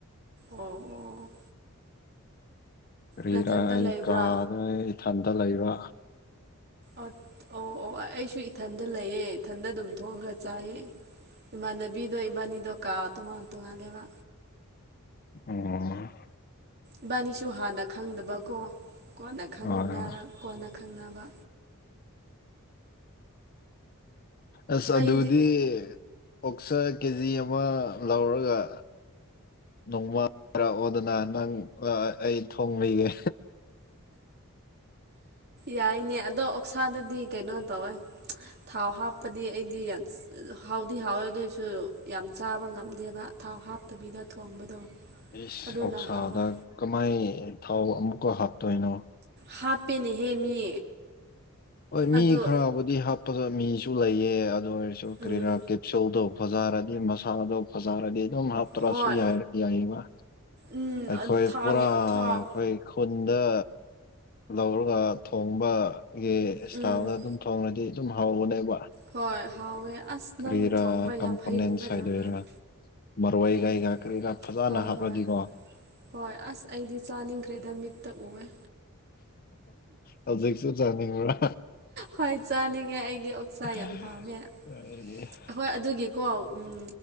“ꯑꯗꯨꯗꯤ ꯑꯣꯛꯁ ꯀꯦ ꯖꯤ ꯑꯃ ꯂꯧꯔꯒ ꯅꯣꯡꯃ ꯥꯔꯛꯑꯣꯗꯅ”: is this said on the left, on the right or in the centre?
Left